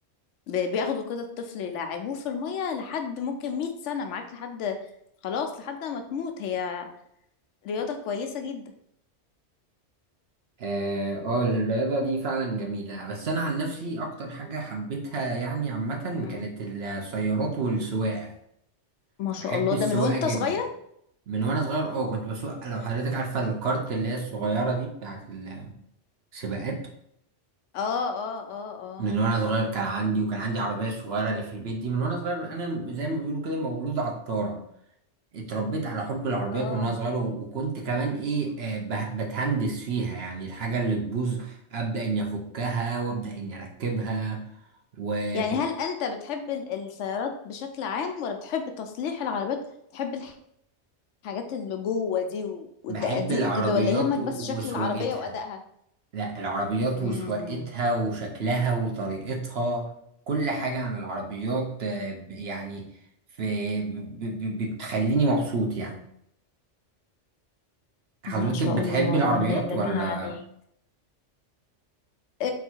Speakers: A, on the left; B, on the right.
A: ب- بياخدوا كده الطفل يلعبوه في المية لحد ممكن مية سنة معاك لحد خلاص لحد ما تموت هي رياضة كويسة جدا
B: اه آه، الرياضة دي فعلا جميلة بس أنا عن نفسي أكتر حاجة حبيتها يعني عامة
A: مم.
B: كانت السيارات والسواقة
A: ما
B: بحب
A: شاء الله
B: السواقة
A: ده من وانت
B: جدا
A: صغير
B: من وأنا صغير اه كنت بسوق لو حضرتك عارفة الكارت اللي هي الصغيرة دي بتاعت السباقات
A: اه اه اه اه
B: من وأنا صغير كان عندي وكان عندي عربية صغيرة اللي في البيت دي من وأنا صغير أنا زي ما بيقولوا كده مولود عطارة اتربيت على حب العربيات
A: اه
B: من وانا صغير و- وكنت كمان ايه آه، به- بتهندس فيها يعني الحاجة اللي تبوظ ابدأ اني افكها وابدأ اني اركبها وكنت
A: يعني هل انت بتحب ال- السيارات بشكل عام ولا بتحب تصليح العربيات بتحب الحاجات اللي جوه دي و- والدقاديق
B: بحب العربيات
A: وكده ولا يهمك
B: و-
A: بس شكل
B: وسواقتها
A: العربية وأدائها
B: لا العربيات
A: امم
B: وسواقتها وشكلها وطريقتها كل حاجة عن العربيات آه، ب- يعني في ب- ب- بتخليني مبسوط يعني حضرتك
A: ما شاء
B: بتحب
A: الله
B: العربيات
A: ربنا يديمها
B: ولا
A: عليك آه،